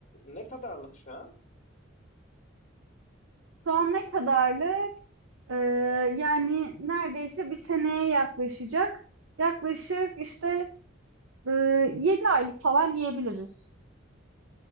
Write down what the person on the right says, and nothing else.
Şu an ne kadarlı? Ee, yani neredeyse bir seneye yaklaşacak. Yaklaşık işte e, 7 aylık falan diyebiliriz.